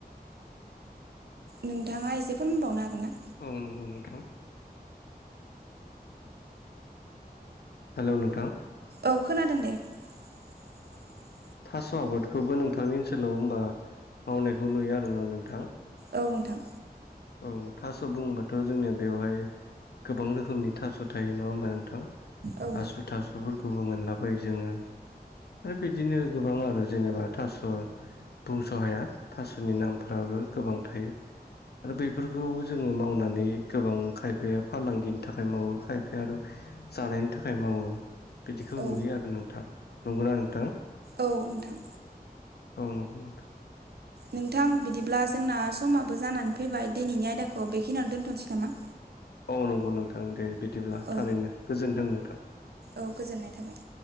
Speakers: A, on the right (about 75°); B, on the left (about 80°).
A: नोंथाङा एसे फोरमबावनो हागोनना?
B: औ नंगौ नोंथां। हेल' नोंथां।
A: औ खोनादों दे। औ।
B: थास' आबादखौबो नोंथांनि ओनसोलाव होनबा मावनायखौ नुयो आरोना नोंथां।
A: औ नोंथां।
B: औ थास' बुंबाथ' जोंनिया बेवहाय गोबां रोखोमनि थास' थायो नङा होमबा नोंथां?
A: औ
B: आसु थासुफोरखौबो मोनलाबाय जोङो। आरो बिदिनो गोबां आरो जेनेबा थास' बुंस' हाया थास'नि नामफोराबो गोबां थायो आरो बैफोरखौबो जोङो मावनानै गोबां खायफाया फालांगिनि थाखाय मावो खायफाया आरो जानायनि थाखाय मावो बिदिखौ
A: औ
B: नुयो आरो नोंथां नंगौना नोंथां
A: औ नोंथां।
B: औ नंगौ नोंथां।
A: नोंथां बिदिब्ला जोंना समाबो जानानै फैबाय दिनैनि आयदाखौ बेखिनियावनो दोनथ'नोसै नामा?
B: औ नंगौ नोंथां दे बिदिब्ला
A: औ
B: थारैनो गोजोन्थों नोंथां।
A: औ गोजोननाय थाबाय